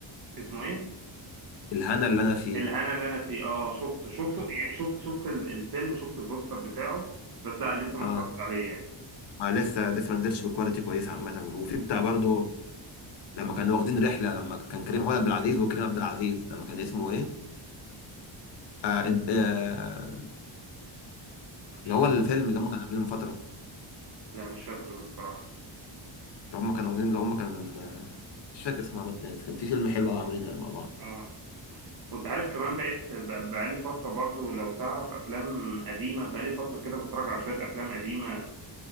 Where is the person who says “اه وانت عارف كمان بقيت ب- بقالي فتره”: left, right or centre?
Right